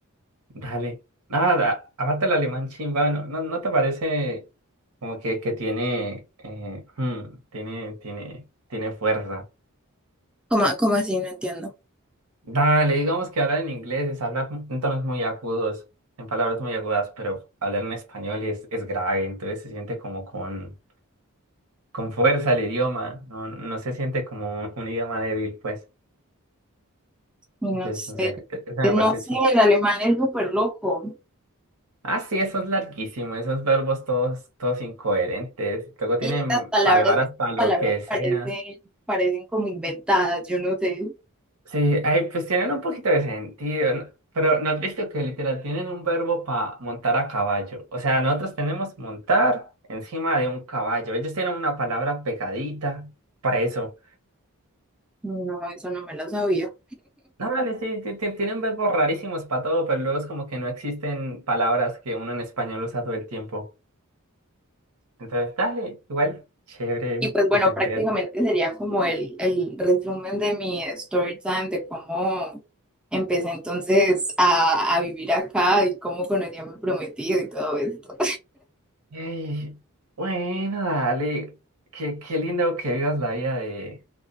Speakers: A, on the right; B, in the centre.
A: Dale. Nada, aparte el alemán chimba, ¿no, no, no te parece como que, que tiene, eh, hmm, tiene, tiene, tiene fuerza?
B: ¿Cómo, cómo así? No entiendo.
A: Dale, digamos que hablar en inglés es hablar en tonos muy agudos, en palabras muy agudas, pero hablar en español es, es grave, entonces se siente como con, con fuerza el idioma, no, no se siente como un, un idioma débil, pues.
B: Y
A: Entonces,
B: No sé,
A: no sé, e- eso me
B: no
A: parece
B: sé,
A: chimba.
B: el alemán es súper loco
A: Ah, sí, eso es larguísimo, esos verbos todos, todos incoherentes. Luego tienen
B: y estas palabras,
A: palabras para lo
B: palabras
A: que sea.
B: parecen, parecen como inventadas, yo no sé.
A: Sí, ay, pues tienen un poquito de sentido, ¿no? pero ¿no has visto que literal tienen un verbo para montar a caballo? O sea, nosotros tenemos montar encima de un caballo. Ellos tienen una palabra pegadita para eso.
B: No, eso no me lo sabía.
A: No, vale, sí, ti- ti- tienen verbos rarísimos para todo, pero luego es como que no existen palabras que uno en español usa todo el tiempo. Entonces, dale, igual, chévere
B: Y pues
A: aprender.
B: bueno, prácticamente sería como el, el resumen de mi story time, de cómo empecé entonces a, a vivir acá y cómo conocí a mi prometido y todo esto.
A: Ey, bueno, dale. Qué, qué lindo que vivas la vida de,